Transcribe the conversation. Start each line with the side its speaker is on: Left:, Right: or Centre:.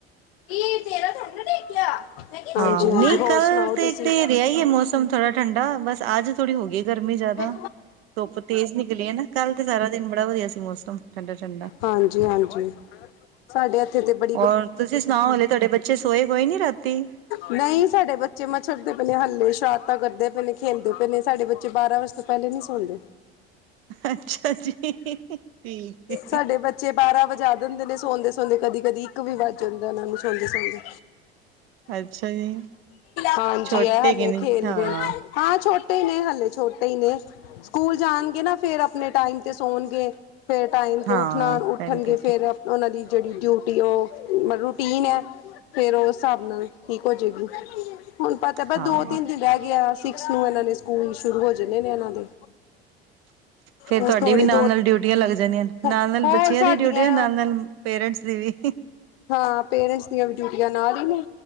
Left: <inaudible> ਹਾਂਜੀ
Right: ਹਾਂ,
Left: ਹਾਂਜੀ
Right: ਨਹੀਂ
Left: ਹੋਰ
Right: ਕੱਲ
Left: ਸੁਣਾਓ
Right: ਤੇ
Left: ਤੁਸੀਂ?
Right: ਤੇ ਰਿਹਾ ਹੀ ਹੈ ਮੌਸਮ ਥੋੜਾ ਠੰਡਾ, ਬਸ ਅੱਜ ਥੋੜ੍ਹੀ ਹੋ ਗਈ ਗਰਮੀ ਜ਼ਿਆਦਾ
Left: ਹਾਂ
Right: ਧੁੱਪ ਤੇਜ਼ ਨਿਕਲੀ ਹੈ ਨਾ, ਕੱਲ੍ਹ ਤੇ ਸਾਰਾ ਦਿਨ ਬੜਾ ਵਧੀਆ ਸੀ ਮੌਸਮ ਠੰਡਾ -ਠੰਡਾ
Left: ਹਾਂਜੀ ਹਾਂਜੀ ਸਾਡੇ ਹੱਥੇ ਤੇ ਬ
Right: ਔਰ, ਤੁਸੀਂ ਸੁਣਾਓ ਹਲੇ ਤੁਹਾਡੇ ਬੱਚੇ ਸੋਏ ਹੋੋਏ ਨੀ ਰਾਤੀ
Left: ਨਹੀਂ ਸਾਡੇ ਬੱਚੇ ਮਛੜਦੇ ਪਏ ਨੇ ਹੱਲੇ, ਸ਼ਰਾਤ ਤਾਂ ਕਰਦੇ ਪਏ ਨੇ, ਖੇਲਦੇ ਪਏ ਨੇ, ਸਾਡੇ ਬੱਚੇ ਤੇ ਬਾਰਾਂ ਵਗਸ ਤੋਂ ਪਹਿਲੇ ਨਹੀਂੀ ਸੋਲਦੇ
Right: ਅੱਛਾ ਜੀ ਠੀਕ ਹੈ।
Left: ਸਾਡੇ ਬੱਚੇ, ਬਾਰਾਂ ਵਜਾ ਦਿੰਦੇ ਨੇ ਸੌਦੇ -ਸੋਦੇ, ਕਦੀ -ਕਦੀ ਇੱਕ ਵੀ ਵੱਜ ਜਾਂਦਾ ਉਹਨਾਂ ਨੂੰ ਸੌਦੇ ਸੌਦੇ
Right: ਅੱਛਾ ਜੀ
Left: ਹਾਂਜੀ,
Right: ਛੋਟੇ
Left: ਹਲੇ
Right: ਕਿ ਨੇ
Left: ਖੇਲਦੇ
Right: ਹਾਂ
Left: ਹਾਂ ਛੋਟੇ ਹੀ ਨੇ ਹਲੇ ਛੋਟੇ ਹੀ ਨੇ, ਸਕੂਲ ਜਾਣਗੇ ਨਾ, ਫੇਰ ਆਪਣੇ ਟਾਈਮ ਤੇ ਸੌਣਗੇ ਫੇਰ, ਟਾਈਮ
Right: ਹਾਂ
Left: ਤੇ ਉੱਠਣਾ, ਉੱਠਣਗੇ
Right: ਟਾਈਮ ਤੇ
Left: ਫੇਰ ਉਹਨਾਂ ਦੀ ਜਿਹੜੀ ਡਿਊਟੀ, ਉਹ ਮਤਲਬ ਰੂਟੀਨ ਹੈ। ਫੇਰ, ਉਹ ਹਿਸਾਬ ਨਾਲ ਠੀਕ ਹੋਜਏਗੀ ਹੁਣ ਪਤਾ ਤੇ ਪਰ
Right: ਹਾਂ
Left: ਦੋ, ਤਿੰਨ ਦਿਨ ਰਹਿ ਗਿਆ, ਸਿਕਸ ਨੂੰ ਇਹਨਾਂ ਦੇ ਸਕੂਲ ਸ਼ੁਰੂ ਹੋ ਜਾਂਦੇ ਨੇ, ਇਹਨਾਂ ਦੇ
Right: ਫੇਿਰ
Left: ਬਸ
Right: ਤੁਹਾਡੀ
Left: ਥੋੜੇ
Right: ਵੀ ਨਾਲ-
Left: ਦੋ
Right: ਨਾਲ ਡਿਊਟੀਆਂ ਲੱਗ ਜਾਂਦੀਆਂ,
Left: ਹੋਰ
Right: ਨਾਲ -ਨਾਲ ਬੱਚਿਆਂ
Left: ਸਾਡੀਆਂ
Right: ਦੀ ਡਿਊਟੀ, ਨਾਲ -ਨਾਲ ਪੇਰੈਂਟਸ ਦੀ ਵੀ
Left: ਹਾਂ, ਪੇਰੈਂਟਸ ਦੀਆਂ ਵੀ ਡਿਊਟੀਆਂ ਨਾਲ ਹੀ ਨੇ